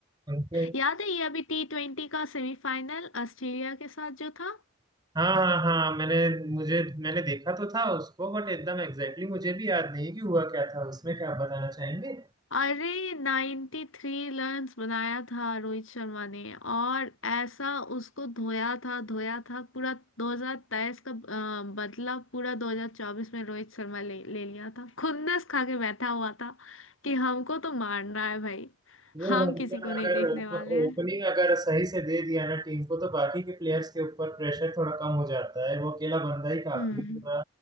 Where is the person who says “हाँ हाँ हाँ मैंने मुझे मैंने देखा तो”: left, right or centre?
Right